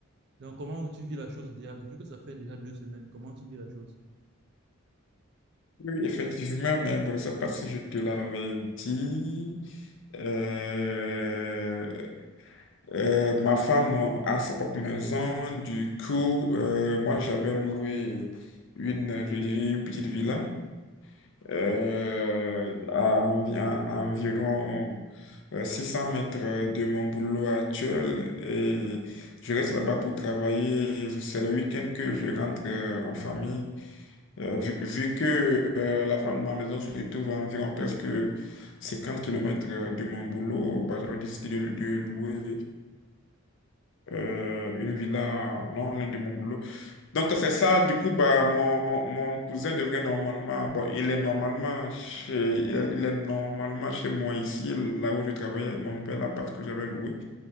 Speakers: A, on the right; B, on the left.
A: Donc, comment tu vis la chose déjà? Vu que ça fait déjà deux semaines, comment tu vis la chose?
B: Oui, effectivement, mais bon, je ne sais pas si je te l'avais dit. Euh, euh, ma femme a sa propre maison. Du coup, euh, moi, j'avais loué une, je dirais, une petite villa euh, à, envi- à- à environ euh, 600 mètres de mon boulot actuel. Et je reste là-bas pour travailler. C'est le week-end que je rentre euh, en famille. Euh, vu, vu que euh, la femme de ma maison se trouve à environ presque 50 kilomètres euh, de mon boulot, bah, j'avais décidé de, de louer euh, une villa non loin de mon boulot. Donc c'est ça, du coup, bah, mon, mon cousin devrait normalement, bon, il est normalement chez, il est, il est normalement chez moi ici, là où je travaillais, mon nouvel appart que j'avais loué.